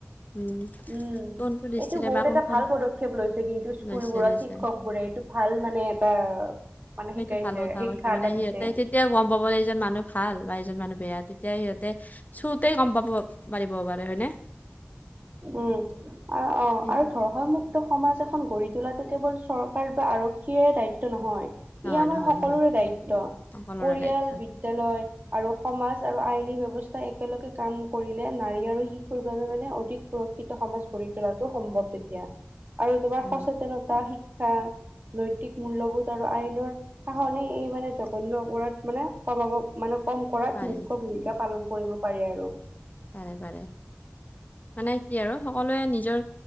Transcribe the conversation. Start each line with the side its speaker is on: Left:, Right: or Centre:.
Left: উম
Right: উম
Left: কোনটো দৃষ্টিৰে
Right: এইটো বহুত
Left: বা কোনখন
Right: এটা ভাল পদক্ষেপ লৈছে কিন্তু স্কুলবোৰত
Left: লৈছে লৈছে
Right: শিক্ষক বোৰে এইটো ভাল মানে এটা মানে
Left: সেইটো
Right: শিকাইছে,
Left: ভাল কথা
Right: শিক্ষা
Left: কৈছে মানে
Right: এটা
Left: সিহঁতে
Right: দিছে।
Left: তেতিয়া গম পাব এইজন মানুহ ভাল বা এজন মানুহ বেয়া তেতিয়া সিহঁতে চুতেই গম পাব। পাৰিব পাৰে হয়নে।
Right: উম আ অ'
Left: কিন্তু
Right: আৰু ধৰক ভয়মুক্ত সমাজ এখন গঢ়ি তোলাটো কেৱল চৰকাৰ বা আৰক্ষীয়ে দায়িত্ব নহয়। ই
Left: নহয়
Right: আমাৰ
Left: নহয়
Right: সকলোৰে
Left: নহয়
Right: দায়িত্ব।
Left: সকলোৰে
Right: পৰিয়াল,
Left: দায়িত্ব
Right: বিদ্যালয়। আৰু সমাজ আৰু আইনী ব্যৱস্থা একেলগে কাম কৰিলে নাৰী আৰু শিশুৰ বাবে মানে অধিক সুৰক্ষিত সমাজ গঢ়ি তোলাতোটো সম্ভৱ তেতিয়া আৰু তোমাৰ
Left: উম
Right: সচেতনতা শি শিক্ষা নৈতিক, মূল্যবোধ আৰু আইনৰ শাসনে এই মানে জঘন্য অপৰাধ মানে কমাব মানে কম কৰাত
Left: পাৰি
Right: মুখ্য ভূমিকা পালন কৰিব পাৰে আৰু।
Left: পাৰে পাৰে মানে, কি আৰু সকলোৱে নিজৰ